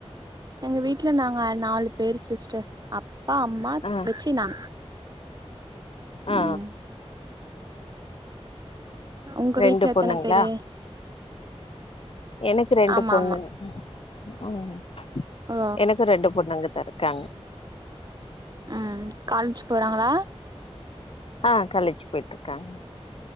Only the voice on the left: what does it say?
ஆ
ஆ
ரெண்டு
பொண்ணுங்ளா
எனக்கு ரெண்டு
பொண்ணுங்க
ம்
எனக் ரெண்டு பொண்ணங்க த இருக்காங்க
அ கால்லேஜ் பொயிட்டுருக்காங்